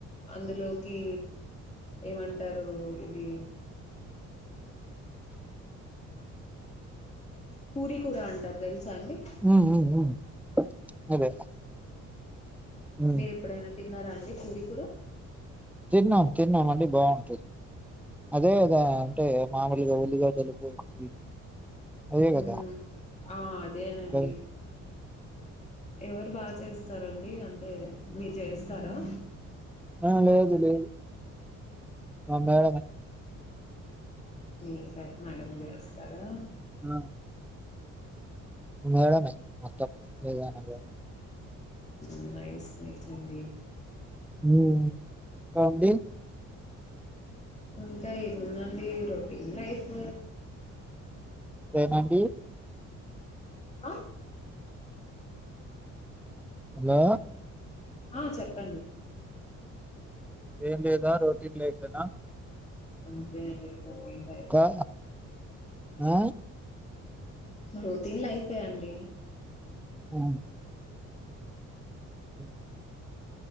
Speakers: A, on the left; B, in the centre.
A: అందులోకి ఏమంటారు ఇది పూరి కూర అంటారు తెలుసా అండి
B: హ్మ్. హ్మ్. హ్మ్. అదే. హ్మ్.
A: మీర్ ఎప్పుడైనా తిన్నారా అండి పూరీ కూర
B: తిన్నాం తిన్నాం అండి బాగుంటది అదే గదా అంటే మామిడ్ ఇగ ఉల్లిగడ్డలు కోసి అదే కదా
A: మ్మ్ ఆ అదేనండి
B: ఓకే.
A: ఎవరు బాగా చేస్తారంండి అంటే మీరు చేస్తారా
B: ఆ లేదలే మా మేడం
A: మీ మేడం చేస్తారా
B: ఆ మేడంమే అత్త ఏగానగ
A: ఉన్నాయి సేచ్ చండి
B: మ్మ్ కామ్ డి
A: ఇంకా ఏముందండి రొటీన్ లైఫ్
B: ఏమండి
A: ఆ
B: హలో
A: ఆ చెప్పండి
B: ఏం లేదా రోటీన్ లైఫ్ ఏనా
A: అంతే అండి ఏం ంటయి
B: కా ఆ
A: రొటీన్ లైఫే అండి
B: అ హ